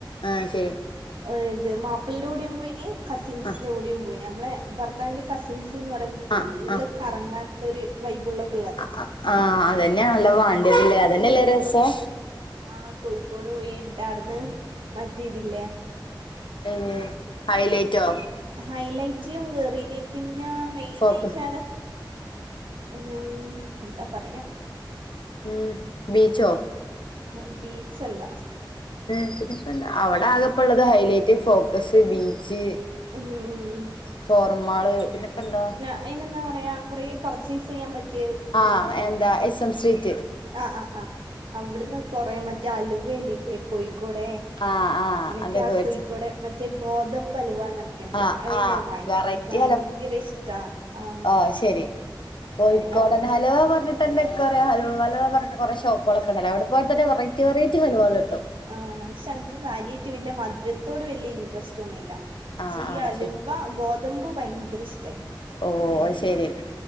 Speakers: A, on the left (about 75°); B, on the right (about 85°).
A: ആഹ് ശരി
B: ഇഹ് ത് മാപ്പൾന്റുടെയും പോയിനി കസിൻസിന്റെ
A: ആഹ്
B: കൂടെയും പോയിനി അമ്മളെ ഭർത്താവിന്റെ കസിൻസ്ന്ന് പറയുമ്പോ ഫുള്ള്
A: ആഹ് ആഹ്
B: കറങ്ങാന്ള്ളൊര് വൈബുള്ള പിള്ളേരാണ്
A: അഹ് ആഹ് അതന്നേണല്ലോ വാണ്ടിയേത് ല്ലേ അതന്നെ
B: കോഴിക്കോട്
A: അല്ലേ രസം
B: ആഹ് കോഴിക്കോട് പോയിന്ന്ട്ടാട്ന്ന് മറ്റെ ഇത് ല്ലേ
A: ഏത് ഹൈലൈറ്റോ
B: ഹൈലൈറ്റിലും കേറീനി പിന്നെ മെയിനെയ്റ്റ്
A: ഫോക്കസ്
B: ആടെ ഉം എന്താ പറയാ
A: ഉം ബീച്ചോ
B: അഹ് ബീച്ചല്ല
A: <unintelligible> പ്പെന്നാ അവടെ ആകെപ്പള്ളത് ഹൈലൈറ്റ് ഫോക്കസ് ബീച്ച്
B: ഉം
A: ഫോറന്മാള് പിന്നെ ഇപ്പ എന്താ
B: അതിനെന്താ പറയാ കുറേ പർച്ചേസ് ചെയ്യാൻ പറ്റിയ
A: ആഹ്
B: പ്ലേസ് തന്നെയാണ്
A: എന്താ എസ് എം സ്ട്രീറ്റ്
B: ആഹ് ആഹ് ആഹ് അവിടുന്ന് കൊറേ മറ്റേ അലുവഇല്ലേ കോഴിക്കോടേ
A: ആഹ് ആഹ്
B: എനക്ക്
A: അതൊക്കെ
B: ആ
A: വേടിച്ച്
B: കോഴിക്കോട് മറ്റേ ഗോതമ്പ് ഹൽവാന്ന് റ്റ്ണ്ട്
A: ആഹ്
B: അത്
A: ആഹ്
B: ഞാൻ വാങ്ങിച്ച്ന്
A: വെറൈറ്റി
B: ന്ക്ക് ഭയങ്കര ഇഷ്ടാ ആഹ്
A: അയ് ശെരി കോയിക്കോടൻ
B: അങ്ങനെ
A: ഹൽവാ പർഞ്ഞ് ട്ടെന്നെ കുറെ ഹൽവാല് പർഞ്ഞ്ട്ട് കൊറെ ഷോപ്പുകളൊക്കെണ്ടല്ല അവിടെ പോയിട്ട് തന്നെ വെറൈറ്റി വെറൈറ്റി ഹലുവകള് കിട്ടും
B: ആഹ് പക്ഷെ എൻക്ക് കാര്യായിട്ട് വല്യെ മധുരത്തോട് വല്യെ ഇൻട്രസ്റ്റ് ഒന്നുംഇല്ല പക്ഷെ
A: ആഹ്
B: ഈ
A: ആഹ്
B: ഹല്
A: ശരി
B: വ ഗോതമ്പ് ഭയങ്കര ഇഷ്ടമായിന്
A: ഓ അഹ് ശെരി അഹ്